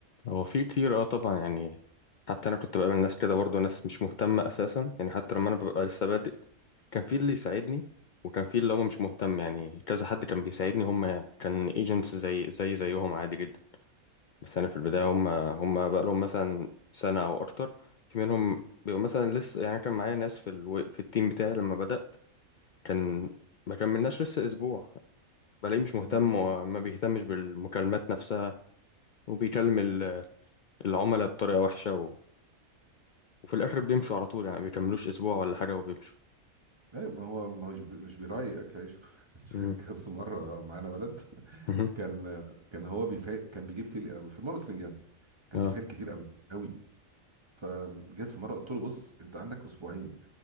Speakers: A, on the left; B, on the right.
A: هو في كتير أه طبعا يعني حتى أنا كنت بقابل ناس كده برضه ناس مش مهتمة أساسا يعني حتى لما أنا ببقى لسه بادئ كان في اللي يساعدني وكان في اللي هو مش مهتم يعني كذا حد كان بيساعدني هم كان ايجنتس زي زي زيهم عادي جدا بس انا في البدايه هم هم بقى لهم مثلا سنه او اكتر في منهم بيبقوا مثلا لسه يعني كان معايا ناس في الو... في التيم بتاعي لما بدات كان ما كملناش لسه اسبوع بلاقيه مش مهتم
B: مم.
A: وما بيهتمش بالمكالمات نفسها وبيكلم ال- العملاء بطريقه وحشه و... وفي الاخر بيمشوا على طول يعني ما بيكملوش اسبوع ولا حاجه وبيمشوا
B: لا ما هو ما هو مش بي- مش بيراعي اكل عيشه <laughs> بس
A: مم.
B: كان في مره معانا ولد
A: مهم.
B: كان كان هو بيفعل كان بيجيب فيل قوي في المونترنج يعني كان
A: اه
B: بيفعل كتير قوي قوي فجيت في مره قلت له بص انت عندك اسبوعين